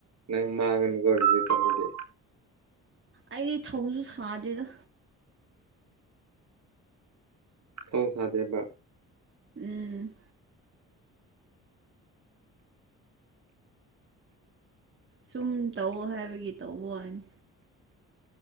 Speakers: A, on the right; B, on the right.
A: ꯅꯪ ꯃꯥꯡꯉꯅꯤꯀꯣ ꯔꯤꯖꯦꯛ ꯆꯠꯂꯗꯤ
B: ꯑꯩ ꯊꯧꯁꯨ ꯁꯥꯗꯦꯗ
A: ꯊꯧ ꯁꯥꯗꯦ ꯍꯥꯏꯕ
B: ꯎꯝ ꯁꯨꯝ ꯇꯧꯑꯣ ꯍꯥꯏꯕꯒꯤ ꯇꯧꯕꯩ ꯋꯥꯅꯤ